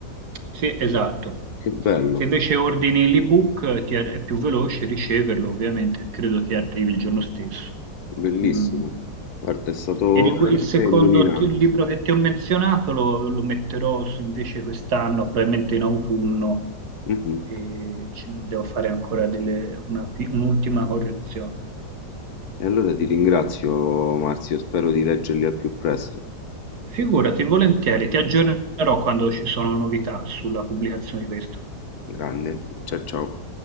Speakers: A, on the right; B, on the left.
A: Sì, esatto.
B: Che bello.
A: Se invece ordini l'ebook, eh, ti ar- è più veloce riceverlo, ovviamente, credo ti arrivi il giorno stesso.
B: Bellissimo,
A: Mm.
B: guarda, è stato
A: Il, rigu-
B: veramente
A: il secondo
B: illuminante.
A: ti- libro che ti ho menzionato lo, lo metterò su- invece quest'anno, probabilmente in autunno,
B: Mhm.
A: e ci- devo fare ancora delle- una pi- un'ultima correzione.
B: E allora ti ringrazio, Marzio, spero di leggerli al più presto.
A: Figurati, volentieri, ti aggiornerò quando ci sono novità sulla pubblicazione di questo.
B: Grande, ciao ciao.